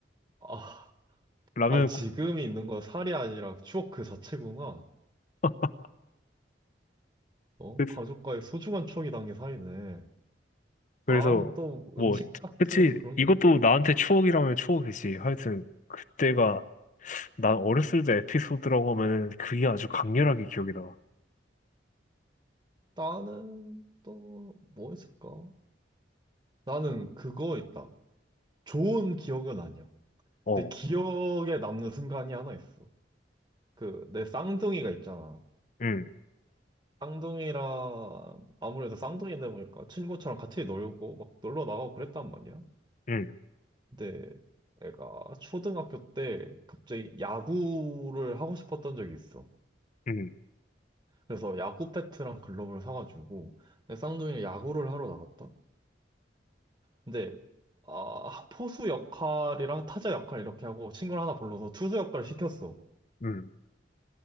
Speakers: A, on the right (about 25°); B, on the left (about 45°).
A: 아,
B: 라면
A: 아 지금이
B: 국,
A: 있는 건 살이 아니라 추억 그 자체구나.
B: <laughs>
A: 어?
B: 그래서
A: 가족과의 소중한 추억이 담긴 살이네. 난
B: 그래서
A: 또
B: 뭐,
A: 음식 같은
B: 그치.
A: 그런 게
B: 이것도
A: 있나?
B: 나한테 추억이라면 추억이지. 하여튼, 그때가 난 어렸을 때 에피소드라고 하면은 그게 아주 강렬하게 기억이다.
A: 나는 또 뭐 있을까? 나는 그거 있다. 좋은 기억은 아니야.
B: 어,
A: 내 기억에 남는 순간이 하나 있어. 그 내 쌍둥이가 있잖아.
B: 응,
A: 쌍둥이랑 아무래도 쌍둥이다 보니까 친구처럼 같이 놀고 막 놀러 나가고 그랬단 말이야.
B: 응,
A: 근데 애가 초등학교 때 갑자기 야구를 하고 싶었던 적이 있어.
B: 응,
A: 그래서 야구 배트랑 글러브를 사가지고 내 쌍둥이는 야구를 하러 나갔다. 근데 아, 포수 역할이랑 타자 역할 이렇게 하고 친구를 하나 불러서 투수 역할을 시켰어.
B: 응.